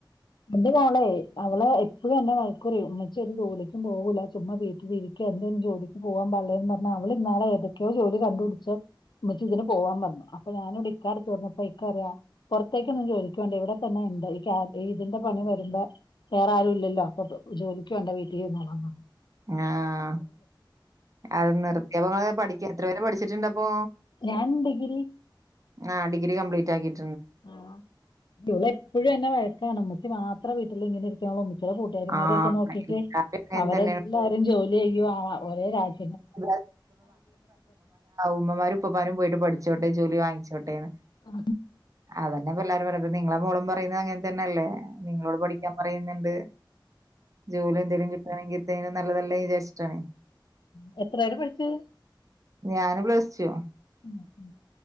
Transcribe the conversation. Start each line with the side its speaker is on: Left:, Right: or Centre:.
Left: എന്റെ അവളെ അവളെ എപ്പഴ തന്നെ വഴക്കൂറ ഉന്നച്ച ഒരു ജോലക്കും പോകില്ല ചുമ് വീട്ട വീ എക്ക് എന്ത ജോലിക്ക് പോവാൻ പള്ളയന്ന് പറഞ്ഞാ അവള് ഇന്നാലെ ഏതൊെയ ജോലി കണ്ടുപടിച്ചച്ച് നമുക്ക് ഇതിന് പോവാൻ പറഞ്ഞു അപ്പൊ ഞാനിവിടെ ഇക്കടുത്ത് പറഞ്ഞപ്പോ ഇക്കറിയ പുറത്തേക്കൊന്ന ചോദിക്കുേണ്ട ഇവിടെത്തന്നെ എന്താ ഇതിന്റെ പണി വരുമ്പോ വേറെ ആരും ഇല്ലല്ലോ അപ്പൊ ജോലിക്ക് വേണ്ട വീട്ടിൽന്നോാ പറഞ്ഞു
Right: ആഹ അത് നിൃത്തയപങ്ങള പഠിക്കൻ എത്ര പേരെ പഠിച്ചിട്ടുണ്ട അ
Left: ഞാൻ ഡിഗ്രി
Right: ആ ഡിഗ്രി കംപ്ലീറ്റ് ആക്കിട്ട
Left: ആ ഇള എപ്പോഴും എന്നന്നെ വഴക്കാണ് നമ്മക്കി മാത്രം വീട്ടിൽ ഇങ്ങനെ ഇരിക്കുള്ള ച കൂട്ടുകാരിമാരൊക്കെ
Right: ആഹ്
Left: നോക്കി്
Right: എല്ലാരും അങ്ങനെ
Left: അവരെല്ലാരും
Right: തന്നെയാണ്
Left: ജോലി ചെയ്യും ഒരേ രാജ
Right: ഉ ഉമ്മമാരും ഉപ്പമാരും പോയിട്ട് പഠിച്ചോട്ടെ ജോലി വാങ്ങിച്ചോട്ടെന്ന്
Left: ആ
Right: അതതന്നെ പില്ലരും പറഞ്ഞപ്പ നിങ്ങളെ മോളും പറയുന്നത് അങ്ങനെ തന്നെയല്ലേ നിങ്ങളോട് പഠിക്കാൻ പറയുന്നുണ്ട് ജോലി എന്തെങ്കലും കിട്ടുകണെങ്കിൽ ഇേും നല്ല വിചാച്ചണ
Left: ഉ എത്ര പേര് പഠിച്ചത്
Right: ഞാന് പ്രസിച്ചു
Left: ഉം ഉ